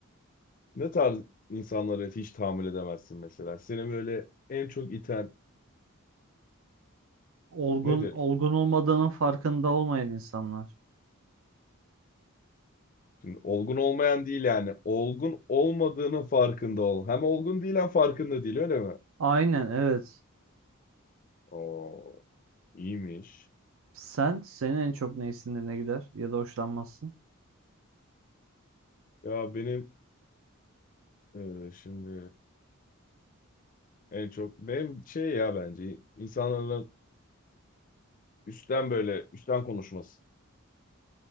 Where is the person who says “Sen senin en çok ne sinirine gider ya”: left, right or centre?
Right